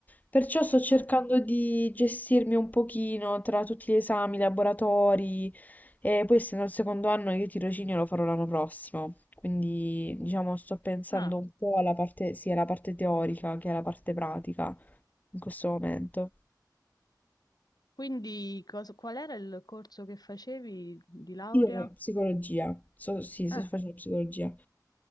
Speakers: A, on the left; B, on the left.
A: perciò sto cercando
B: Ah,
A: di gestirmi un pochino tra tutti gli esami, i laboratori, e poi essendo il secondo anno io tirocinio lo farò l'anno prossimo, quindi diciamo sto pensando
B: ah,
A: un po' alla parte, sia alla parte teorica che alla parte pratica in questo momento.
B: Quindi cosa- qual era il corso che facevi di laurea?
A: Io psicologia, so- sì, sto
B: Ah,
A: facendo psicologia.